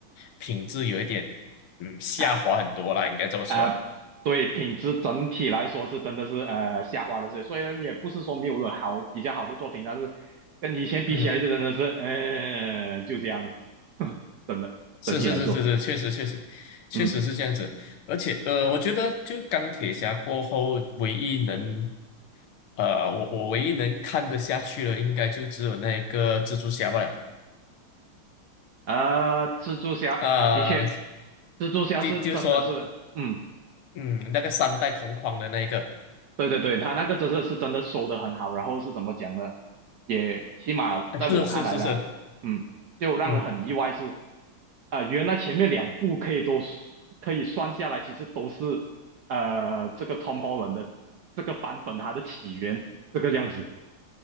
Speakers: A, on the left (about 80°); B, on the right (about 60°).
A: 品质有一点嗯下滑很多啦，
B: 啊
A: 应该这么说。
B: 啊，对，品质整体来说是真的是呃下滑的，所以所以也不是说没有了好比较好的作品，但是跟以前比起来就真的是呃就这样，
A: 嗯，
B: <laughs> 真的整体来说，
A: 是是是是是，确实确实确实是这样子，
B: 嗯，
A: 而且呃，我觉得就钢铁侠过后唯一能呃，我我唯一能看得下去的，应该就只有那个蜘蛛侠吧。
B: 啊蜘蛛侠啊，
A: 呃，
B: 的确，蜘蛛侠是真的是嗯。
A: 第就是说，嗯，那个三代同框的那一个，
B: 对对对，他那个真是是真的收的很好，然后是怎么讲呢？也起码在我看来呢，
A: 哎是是是是，
B: 嗯，就让人很意外是，
A: 嗯，
B: 啊、原来前面两部可以都可以算下来，其实都是呃这个 Tom Holland 的这个版本它的起源这个样子，